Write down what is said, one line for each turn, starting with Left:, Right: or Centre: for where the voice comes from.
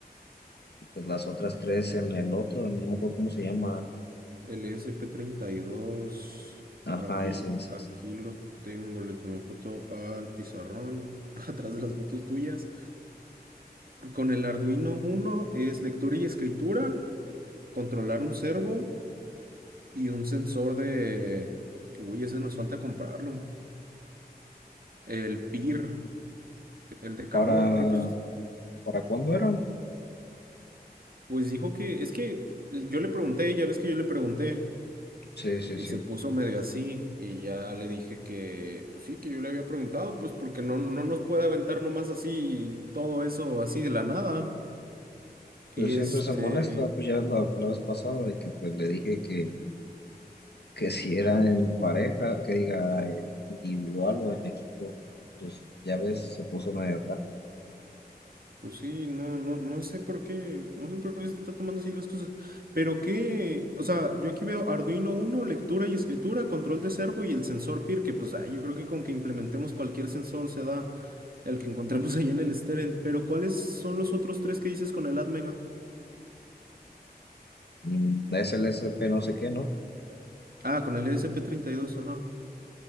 Left: y pues las otras tres en el otro, no me acuerdo cómo se llama.
Right: El S P treinta y dos
Left: Ajá,
Right: aquí,
Left: ese, ese.
Right: aquí lo tengo, le tomé foto al pizarrón, <laughs> atrás de las fotos tuyas. Con el Arduino uno es lectura y escritura, controlar un servo y un sensor de... Uy, ese nos falta comprarlo. El PIR, el de calor,
Left: ¿Para,
Right: pero pues,
Left: para cuándo eran?
Right: pues dijo que, es que yo le pregunté, ya ves que yo le pregunté.
Left: Sí, sí,
Right: Y
Left: sí.
Right: se puso medio así y ya le dije que, pues sí, que yo le había preguntado, pues porque no, no nos puede aventar nomás así todo eso así de la nada.
Left: Pues
Right: Y
Left: siempre
Right: este,
Left: se molesta, pues ya la, la vez pasada de que pues le dije que, que si era en pareja, que diga eh, individual o en equipo. Pues ya ves, se puso medio acá.
Right: pues sí, no, no, no sé por qué, no sé por qué se está tomando así las cosas. Pero qué, o sea, yo aquí veo Arduino uno lectura y escritura, control de servo y el sensor PIR, que pues ah, yo creo que con que implementemos cualquier sensor se da el que encontremos <laughs> ahí en el Steren. Pero ¿cuáles son los otros tres que dices con el ATmega?
Left: Mm, SLSP no sé qué, ¿no?
Right: Ah, con el esp dos ajá.